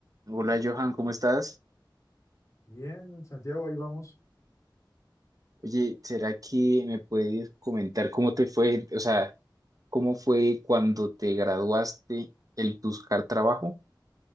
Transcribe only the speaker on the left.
Bien, Santiago, ahí vamos.